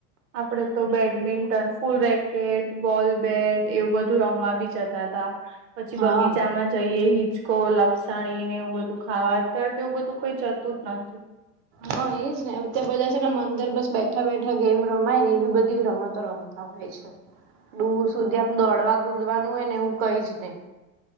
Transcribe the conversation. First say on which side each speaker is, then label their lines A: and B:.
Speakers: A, on the right; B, on the right.
A: આપડે તો બેડમિન્ટન ફૂલ રેકેટ બોલ બેટ એવું બધું રમવા બી જતા હતા પછી
B: હા
A: બગીચામાં જ જઈએ હિચકો લપસણી ને એવું બધું ખાવા અત્યારે તો એવું બધું કોઈ જતું જ નથી.
B: હા એ જ ને અમ બધા છે ને અંદર બસ બેઠા બેઠા ગેમ રમાય ને એવી બધી રમતો રમતા હોય છે. દૂર સુધી આમ દોડવા કુદવાનું હોય ને એવું કઈ જ હી